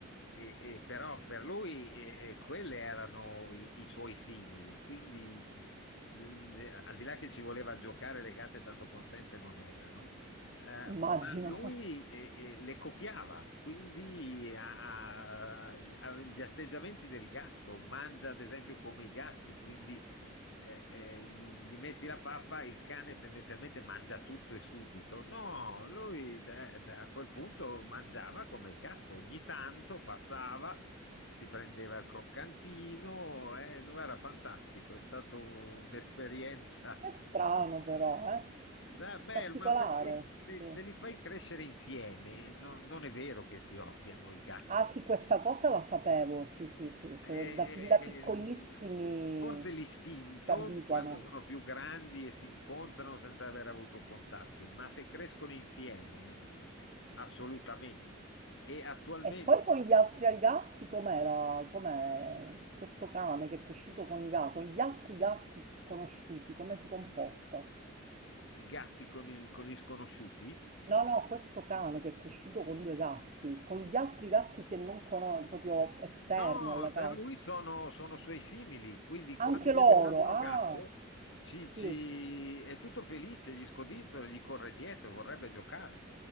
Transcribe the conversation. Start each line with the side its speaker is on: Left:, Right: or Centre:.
Left: E, e però per lui e, e quelle erano i, i suoi simili, quindi l- le- al di là che ci voleva giocare, le gatte tanto contente non erano, eh,
Right: immagino.
Left: ma lui eh, eh, le copiava, quindi ha, ha- ha gli atteggiamenti del gatto, mangia ad esempio come i gatti, quindi eh, eh, gli, gli metti la pappa, il cane tendenzialmente mangia tutto e subito. No, lui da, da quel punto mangiava come il gatto, ogni tanto passava, si prendeva il croccantino, eh, era fantastico, è stata un'esperienza.
Right: È
Left: <laughs>
Right: strano però, eh?
Left: Ah, bello,
Right: Particolare,
Left: ma perché se
Right: sì.
Left: se li fai crescere insieme, no- non è vero che si odiano i gatti
Right: Ah sì, questa cosa la sapevo, sì sì sì, se
Left: Eh,
Right: da, fin da
Left: eh,
Right: piccolissimi
Left: forse l'istinto
Right: si abituano.
Left: quando sono più grandi e si incontrano senza aver avuto contatti, ma se crescono insieme, mh, assolutamente. E attualmente
Right: E poi con gli altri gatti com'era? Com'è questo cane che è cresciuto con i gatti, con gli altri gatti sconosciuti, come si comporta?
Left: i gatti con, il- con gli sconosciuti
Right: No, no, questo cane che è cresciuto con due gatti, con gli altri gatti che non conosco, proprio esterni
Left: No,
Right: alla
Left: per
Right: casa,
Left: lui sono, sono suoi simili, quindi quando
Right: anche
Left: vede
Right: loro,
Left: un altro
Right: ah,
Left: gatto ci,
Right: sì.
Left: ci- è tutto felice, gli scodinzola, gli corre dietro, vorrebbe giocare.